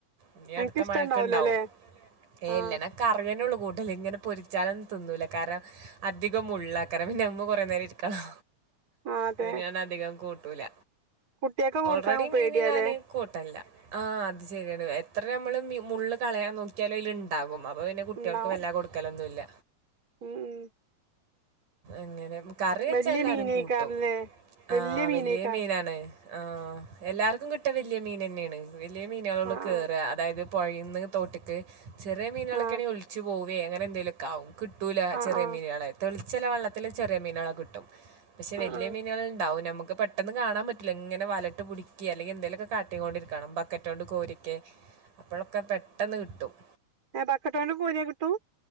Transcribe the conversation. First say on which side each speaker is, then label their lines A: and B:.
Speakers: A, on the right; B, on the right.
A: ഇനി
B: അനക്കിഷ്ടണ്ടാവൂലല്ലേ
A: അടുത്ത മഴക്ക്ണ്ടാവും ഏഹ്
B: ആഹ്
A: ഇല്ല നാ കറിയന്നുള്ളൂ കൂട്ട് ട്ടല് ഇങ്ങനെ പൊരിച്ചാലൊന്നും തിന്നൂല കാരണം അധികം മുള്ളാക്കരം പിന്നെ നമ്മ കൊറേ നേരം ഇരിക്കണം
B: ആഹ് അതെ
A: അത് ഞാനധികം കൂട്ടൂല
B: കുട്ട്യേക്ക് കൊടുക്കാൻ
A: ഓൾറെഡി
B: പേടിയാല്ലേ
A: മീന് ഞാന് കൂട്ടല്ല ആഹ് അത് ശരിയാണ് എത്ര നമ്മള് മീ മുള്ള് കളയാൻ നോക്കിയാലു അയിലിണ്ടാവും അപ്പ പിന്നെ കുട്ടികൾക്ക്
B: ഉണ്ടാവും
A: വല്ലാ കൊടുക്കലൊന്നുല്ല
B: ഉം ഉം
A: അങ്ങനെ കറി വെച്ചാ
B: വല്യ
A: എല്ലാരും
B: മീനേക്കാരല്ലേ
A: കൂട്ടും
B: വല്യ
A: ആഹ്
B: മീനേക്കാരം
A: വെലിയേ മീനാണെ- ആഹ് എല്ലാർക്കും കിട്ടാ വലിയ മീനന്നേണ് വലിയ മീനുകളൊള്ളൂ
B: ആഹ്
A: കേറ്ആ അതായത്- പൊഴേന്ന് തോട്ടിക്ക് ചെറിയ മീനുകളൊക്വണേ
B: ആഹ്
A: ഒലിച്ച് പോവേ അങ്ങനെ എന്തേലും- കാവും കിട്ടൂലാ
B: ആഹ്
A: ചെറിയ
B: ആഹ് ആഹ്
A: മീന്കളെ തെളിച്ചല്ല വള്ളത്തില് ചെറിയ മീന്കള കിട്ടും- പക്ഷെ വല്ല്യ
B: ആഹ് ആഹ്
A: മീനുകൾണ്ടാവും നമ്മുക് ക്ക് പെട്ടന്ന് കാണാൻ പറ്റ്ല്ല ഇങ്ങനെ വലട്ട് കുട്ക്കി അല്ലെങ്കി എന്തേലൊക്കെ കാട്ടികോണ്ടിരിക്കണം ബക് ക്കറ്റോണ്ട് കോരിക്കെ അപ്പളൊക്കെ പെട്ടന്ന് കിട്ടും-
B: ഏഹ് ബക്കറ്റോണ്ട് കോരിയ കിട്ടൂ-